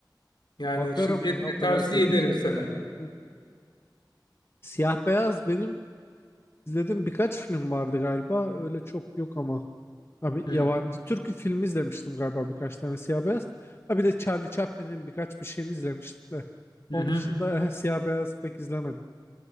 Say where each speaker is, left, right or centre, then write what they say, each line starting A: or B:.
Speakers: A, on the left; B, on the left.
A: yani
B: Bakarım
A: şiddetle
B: ya o kadar
A: tavsiye
B: dediysen.
A: ederim sana.
B: Hı hı. Siyah beyaz benim izlediğim birkaç film vardı galiba. Öyle çok yok ama. Abi
A: Hı
B: yabancı
A: hı.
B: Türk filmi izlemiştim galiba birkaç tane siyah beyaz. Ha bir de Charlie Chaplin'in birkaç bir şeyini izlemiştim de. Onun
A: Hı hı.
B: dışında <laughs> eh, siyah beyaz pek izlemedim.